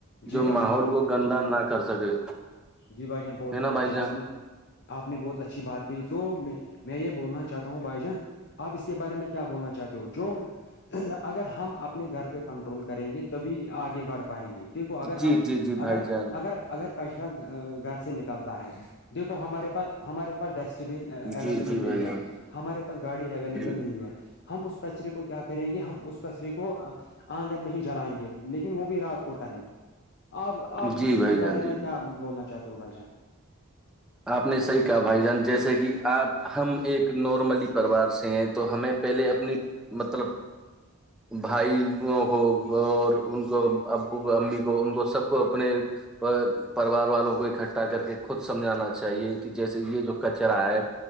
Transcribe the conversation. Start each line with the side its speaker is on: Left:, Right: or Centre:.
Left: جی
Centre: جو
Left: بھائی
Centre: ماحول
Left: جان آپ نے
Centre: کو گندا نہ کر سکے
Left: جی بھائی جان بہت
Centre: ہے نا
Left: اچھا
Centre: بھائی جان
Left: آپ نے آپ نے بہت اچھی بات کہ تو میں یہ بولنا چاہتا ہوں بھائی جان آپ اس کے بارے میں کیا بولنا چاہتے ہو جو اگر ہم اپنے گھر پہ کنٹرول کریں گے تو بھی آگے بڑھ پائیں گے دیکھو اگر ہم
Centre: جی جی جی بھائی
Left: اگر
Centre: جان
Left: اگر اگر کچرا گھر سے نکلتا ہے دیکھو ہمارے پاس ہمارے پاس ڈیسٹ بھی اویلیبل
Centre: جی جی
Left: نہیں
Centre: بھائی
Left: ہے
Centre: جان
Left: ہمارے پاس گاڑی اویلیبل
Centre: جی
Left: نہیں ہے ہم اس کچرے کو کیا کریں گے ہم اس کچرے کو آنگن میں ہی جلائیں گے لیکن وہ بھی رات کو ٹائم آپ آپ
Centre: جی
Left: اس
Centre: بھائی
Left: کے
Centre: جان
Left: بارے
Centre: جی
Left: میں کیا بولنا چاہتے ہو بھائیجا
Centre: آپ نے صحیح کہا بھائی جان جیسے کہ آپ ہم ایک نارملی پرریوار سے ہیں تو ہمیں پہلے اپنی مطلب بھائیوں کو اور ان کو ابو کو امی کو ان کو سب کو اپنے پریوار والوں کو اکٹھا کر کے خود سمجھانا چ چاہیے کہ جیسے یہ جو کچرا ہے